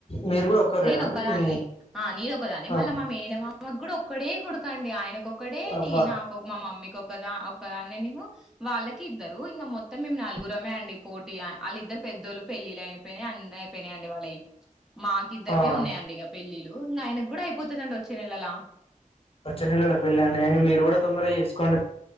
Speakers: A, on the left; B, in the centre.
A: మీరు కూడా ఒక్కరేనా
B: నేనొక్కదాన్నే
A: అండి మీ
B: ఆ నేనొక్కదాన్ మళ్ళ
A: ఆహా
B: మా మేనమామక్ గుడ ఒక్కడే కొడకండి ఆయనకు ఒక్కడే
A: అబ్బా
B: నే నాక్ మా మమ్మీకొ ఒకదా ఒక్కదాన్నే నేను వాళ్ళకి ఇద్దరు ఇంక మొత్తం మేం నలుగురమే అండి పోటీ ఆల్ ఇద్దరు పెద్దోళ్ళు పెళ్ళిళ్ళయిపోయినా అన్ని అయిపోయినయండి వాళ్ళయి మాకిద్దరికే
A: ఆ
B: ఉన్నాయండి ఇగ పెళ్ళిలు ఆయన గూడ పొతదండి వచ్చే నెలలా
A: వచ్చే నెలల పళ్ళి అండి మీరు గుడ తొందరగా చేస్కోండి